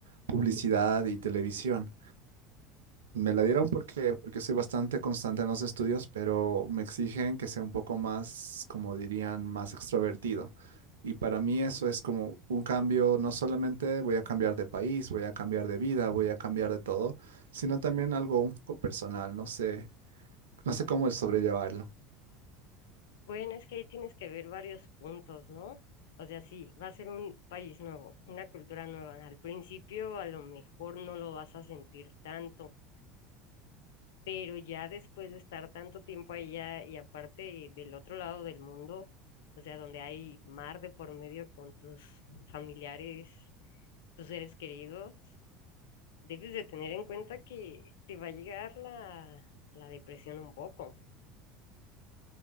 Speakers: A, on the right (about 85°); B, on the left (about 75°).
A: publicidad y televisión. Me la dieron porque, porque soy bastante constante en los estudios, pero me exigen que sea un poco más, como dirían, más extrovertido. Y para mí eso es como un cambio, no solamente voy a cambiar de país, voy a cambiar de vida, voy a cambiar de todo, sino también algo un poco personal, no sé, no sé cómo el sobrellevarlo.
B: Bueno, es que ahí tienes que ver varios puntos, ¿no? O sea, sí, va a ser un país nuevo, una cultura nueva. Al principio a lo mejor no lo vas a sentir tanto, pero ya después de estar tanto tiempo allá y aparte del otro lado del mundo, o sea, donde hay mar de por medio con tus familiares, tus seres queridos, debes de tener en cuenta que te va a llegar la, la depresión un poco.